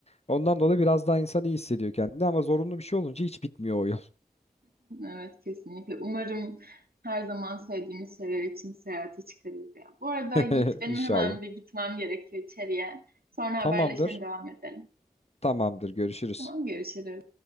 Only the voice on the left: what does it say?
Ondan dolayı biraz daha insan iyi hissediyor kendini ama zorunlu bir şey olunca hiç bitmiyor o yol.
<laughs>
İnşallah.
Tamamdır.
Tamamdır. Görüşürüz.